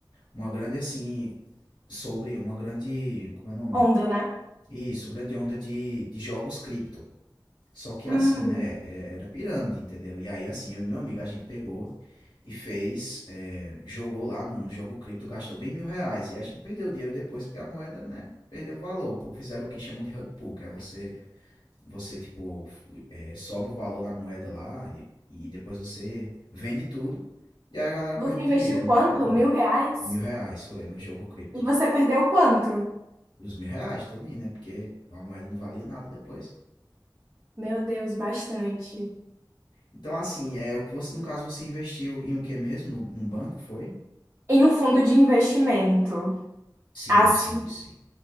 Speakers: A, on the left; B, on the right.
A: uma grande assim sobre uma grande, como é o nome?
B: Onda, né?
A: Isso, grande onda de, de jogos cripto. Só que
B: Hum.
A: assim, né? é- Era pirâmide, entendeu? E aí, assim, eu e meu amigo, a gente pegou e fez, é, jogou lá no jogo cripto, gastou bem mil reais. E a gente perdeu o dinheiro depois, porque a moeda, né? Perdeu o valor. Pô, Fizeram o que chamam de rug pull, que é você, você tipo, f- é, sobe o valor da moeda lá e, e depois você vende tudo. E aí a galera perde
B: Você
A: o
B: investiu
A: dinheiro, é muito
B: quanto?
A: comum.
B: Mil reais?
A: Mil reais foi no jogo cripto.
B: E você perdeu quanto?
A: os mil reais todinho, né? Porque a moeda não valia nada depois.
B: Meu Deus, bastante.
A: Então, assim, é o que você, no caso, você investiu em o que mesmo? No, num banco, foi?
B: Em um fundo de investimento.
A: Sim,
B: As
A: sim, sim.